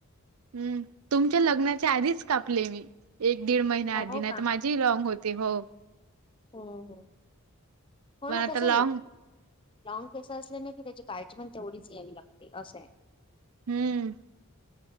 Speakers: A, on the right; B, on the left.
A: हम्म, तुमच्या लग्नाच्या आधीच कापले मी. एक दीड महिन्या
B: हो
A: आधी, नाही तर माझी लॉंग होते हो.
B: हम्म हम् होणा
A: पण आता
B: कस
A: लॉंग
B: लॉन्ग केस असल्याने की त्याची काळजी पण तेवढीच घ्यायावी लागते असं आहे.
A: हम्म.